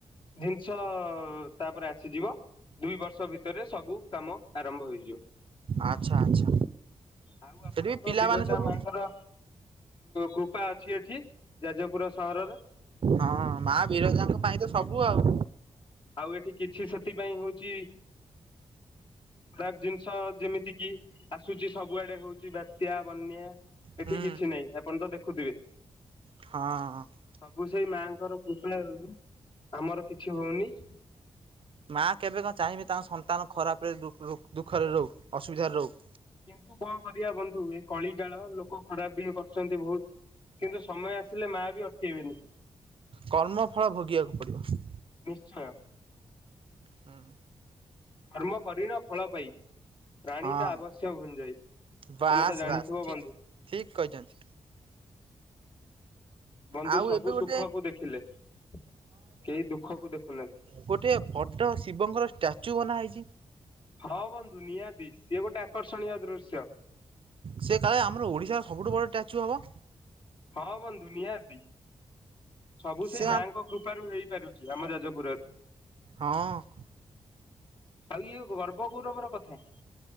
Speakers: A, on the left; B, on the right.
A: ଜିନିଷ ତାପରେ ଆସିଯିବ। ଦୁଇ ବର୍ଷ ଭିତରେ ସବୁ କାମ ଆରମ୍ଭ ହେଇଯିବ।
B: ଆଚ୍ଛା ଆଚ୍ଛା।
A: ଆଉ ଆପଣଙ୍କ
B: ସେଠି ବି ପିଲାମାନେ
A: ବିରଜା
B: ସବୁ
A: ମା ଙ୍କର କୃପା ଅଛି ଏଠି ଯାଜପୁର ସହର।
B: ହଁ ମା ବିରଜାଙ୍କ ପାଇଁ ତ ସବୁ ଆଉ।
A: ଆଉ ଏଠି କିଛି ସେଥିପାଇଁ ହଉଛି ତା ଜିନିଷ ଯେମିତି କିି ଆସୁଛି ସବୁଆଡେ ହଉଛି ବାତ୍ୟା ବନ୍ୟା। ଏଠି
B: ହୁଁ
A: କିଛି ନାହିଁ ଆପଣ ତ ଦେଖୁଥିବେ।
B: ହଁ।
A: ସବୁ ସେଇ ମାଆଙ୍କର କୃପାରୁ ଆମର କିଛି ହଉନି।
B: ମା କେବେ କଣ ଚାହିଁବେ ତାଙ୍କ ସନ୍ତାନ ଖରାପରେ ଦୁଃଖରେ ରହୁ ଅସୁବିଧାରେ ରହୁ।
A: କିନ୍ତୁ କଣ କରିବା ବନ୍ଧୁ ଏ କଳି ଜାଳ ଲୋକ ଖରାପ ବି କରୁଛନ୍ତି ବହୁତ। କିନ୍ତୁ ସମୟ ଆସିଲେ ମା ବି ଅଟକେଇ ବେନି।
B: କର୍ମଫଳ ଭୋଗିବାକୁ ପ
A: ନିଶ୍ଚୟ।
B: ହୁଁ।
A: ଧର୍ମ କରିଣ ଫଳ ପାଇ। ରାଣୀ
B: ହଁ
A: ତ ଆବଶ୍ୟ ଭୁଞ୍ଜଇ
B: ବାସ୍
A: ତମେ ତ ଜାଣିଥିବ
B: ବାସ୍ ଠିକ୍
A: ବନ୍ଧୁ।
B: ଠିକ୍ କହିଛନ୍ତି
A: ବନ୍ଧୁ
B: ଆଉ
A: ସବୁ
B: ଏବେ ଗୋଟେ
A: ସୁଖକୁ ଦେଖିଲେ। କେହି ଦୁଃଖକୁ ଦେଖୁ ନାହାନ୍ତି।
B: ଗୋଟିଏ ବଡ ଶିବଙ୍କର ଷ୍ଟାଚୁ ବନା ହେଇଚି।
A: ହଁ ବନ୍ଧୁ ନିହାତି ସିଏ ଗୋଟେ ଆକର୍ଷଣୀୟ ଦୃଶ୍ୟ।
B: ସେ କାଳେ ଆମର ଓଡ଼ିଶାର ସବୁଠୁ ବଡ ଷ୍ଟାଚୁ ହବ।
A: ହଁ ବନ୍ଧୁ ନିହାତି। ସବୁ
B: ସେ
A: ସେଇ ମାଆଙ୍କ କୃପାରୁ ହେଇପାରୁଚି ଆମ ଯାଜପୁରରେ।
B: ହଁ ଅଁ।
A: ଆଉ ଇଏ ଗର୍ବ ଗୌରବର କଥା।